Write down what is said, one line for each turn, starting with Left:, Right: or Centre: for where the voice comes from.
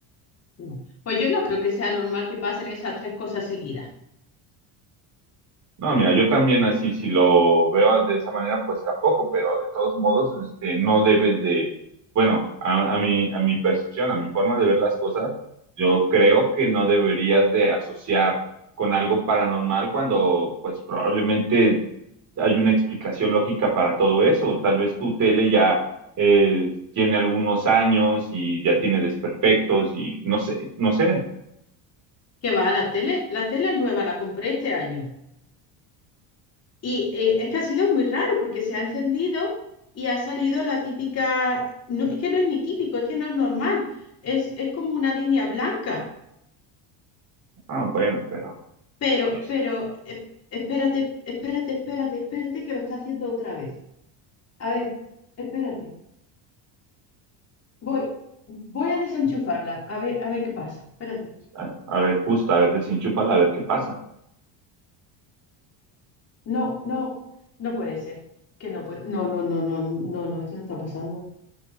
Left: No. Pues yo no creo que sea normal que pasen esas tres cosas seguidas.
Right: No, mira, yo también así, si lo veo de esa manera, pues tampoco, pero de todos modos, este, no debes de, bueno, a, a mi, a mi percepción, a mi forma de ver las cosas, yo creo que no deberías de asociar con algo paranormal cuando, pues probablemente hay una explicación lógica para todo eso. Tal vez tu tele ya eh, tiene algunos años y ya tiene desperfectos y no sé, no sé.
Left: Que va a la tele, la tele es nueva, la compré este año. Y eh, es que ha sido muy raro porque se ha encendido y ha salido la típica, no, es que no es ni típico, es que no es normal, es, es como una línea blanca.
Right: Ah, bueno, pero
Left: Pero,
Right: es,
Left: pero, eh, espérate, espérate, espérate, espérate que lo está haciendo otra vez. A ver, espérate. Voy, voy a desenchufarla, a ver, a ver qué pasa. Espérate.
Right: a, a ver, justo, a ver, desenchúfala, a ver qué pasa.
Left: No, no, no puede ser. Que no puede. No, no, no, no, no, no, esto no está pasando.